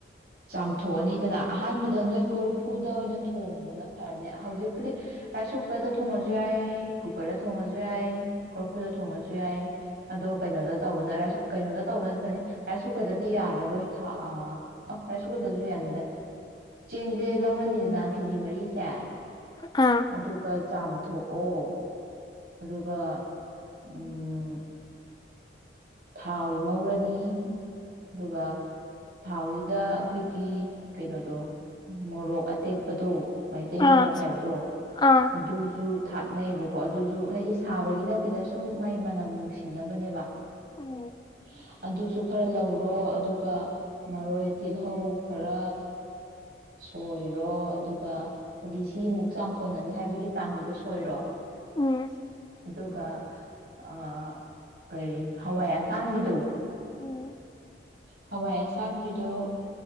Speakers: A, on the right; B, on the left.
A: ꯆꯥꯝꯊꯣꯛꯑꯅꯤꯗꯅ ꯑꯍꯥꯟꯕꯗ ꯅꯣꯏ ꯀꯣꯔꯐꯨꯗ ꯑꯣꯏꯅ ꯊꯣꯡꯕꯅ ꯐꯔꯅꯤ ꯍꯧꯖꯤꯛꯄꯨꯗꯤ ꯔꯥꯏꯁ ꯀꯨꯀꯔꯗ ꯊꯣꯡꯉꯁꯨ ꯌꯥꯏ ꯀꯨꯀꯔꯗ ꯊꯣꯡꯉꯁꯨ ꯌꯥꯏ ꯀꯣꯔꯐꯨꯗ ꯊꯣꯡꯉꯁꯨ ꯌꯥꯏ ꯑꯗꯣ ꯀꯩꯅꯣꯗ ꯇꯧꯕꯅ ꯀꯩꯅꯣꯗ ꯇꯧꯕꯅꯗꯤ ꯐꯅꯤ ꯔꯥꯏꯁ ꯀꯨ ꯀꯨꯀꯔꯗꯗꯤ ꯌꯥꯔꯔꯣꯏ ꯊꯥ ꯑ ꯑꯣ ꯔꯥꯏꯁ ꯀꯨꯀꯔꯁꯨ ꯌꯥꯅꯤꯗ ꯆꯦꯡꯁꯦ ꯂꯧꯔꯅꯤꯗꯅ ꯀꯦꯖꯤ ꯃꯔꯤꯁꯦ
B: ꯑꯥ
A: ꯑꯗꯨꯒ ꯆꯥꯝꯊꯣꯛꯑꯣ ꯑꯗꯨ ꯒ ꯎꯝ ꯊꯥꯎ ꯉꯧꯔꯅꯤ ꯑꯗꯨꯒ ꯊꯥꯎꯁꯤꯗ ꯑꯩꯈꯣꯏꯒꯤ ꯀꯩꯅꯣꯗꯣ ꯃꯣꯔꯣꯛ ꯑꯇꯦꯛꯄꯗꯣ ꯃꯩꯇꯩ
B: ꯑꯥ
A: ꯃꯣꯔꯣꯛ ꯍꯥꯏꯕꯗꯣ
B: ꯑꯥ
A: ꯑꯗꯨꯁꯨ ꯊꯥꯛꯅꯩꯌꯦꯕꯀꯣ ꯑꯗꯨꯁꯨ ꯍꯥꯏꯗꯤ ꯁꯥꯕꯒꯤ ꯅꯠꯇꯦꯗ ꯁꯨꯝ ꯃꯥꯏ ꯃꯅꯝ ꯅꯨꯡꯁꯤꯅꯕꯅꯦꯕ <inaudible>
B: ꯎꯝ
A: ꯑꯗꯨꯁꯨ ꯈꯔ ꯂꯧꯔꯣ ꯑꯗꯨꯒ ꯃꯔꯣꯏ ꯇꯤꯜꯍꯧ ꯈꯔ ꯁꯣꯏꯔꯣ ꯑꯗꯨꯒ ꯍꯥꯏꯗꯤ ꯁꯤꯃꯨꯛ ꯆꯥꯡ ꯀꯣꯟꯅꯅꯤ ꯍꯥꯏꯕꯒꯤ ꯇꯥꯡꯗꯣ ꯁꯣꯏꯔꯣ
B: ꯎꯝ
A: ꯑꯗꯨꯒ ꯑꯥ ꯀꯩ ꯍꯋꯥꯏ ꯑꯁꯥꯡꯕꯤꯗꯣ
B: ꯎꯝ
A: ꯍꯋꯥꯏ ꯑꯁꯥꯡꯕꯤꯗꯣ